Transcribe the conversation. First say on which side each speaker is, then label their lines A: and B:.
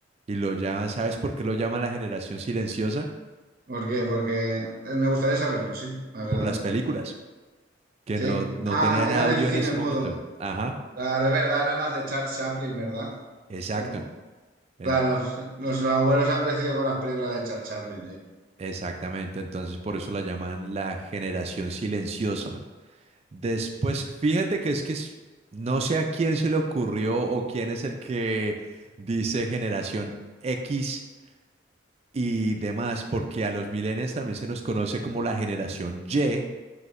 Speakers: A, on the right; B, on the right.
A: Y lo llaman, ¿sabes por qué lo llaman la generación silenciosa?
B: ¿Por qué? Porque eh, me gustaría saberlo, sí, la verdad.
A: Por las películas, que
B: Sí.
A: no, no
B: Ah,
A: tenían
B: eran
A: audio
B: en cine
A: en ese
B: mudo.
A: momento. Ajá,
B: Claro, es verdad, eran las de Charles Chaplin, ¿verdad?
A: exacto.
B: Oh.
A: en-
B: Claro, los abuelos han crecido con las películas de Charles Chaplin, sí.
A: exactamente, entonces por eso la llaman la generación silenciosa. Después, fíjate que es que es- no sé a quién se le ocurrió o quién es el que dice generación X y demás, porque a los millennials también se nos conoce como la generación Y